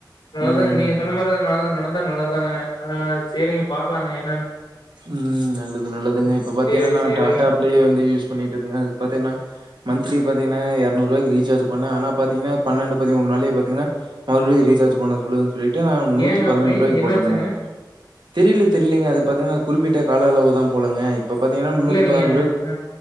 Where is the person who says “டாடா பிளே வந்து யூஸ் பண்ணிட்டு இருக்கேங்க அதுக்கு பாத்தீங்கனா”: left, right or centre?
Right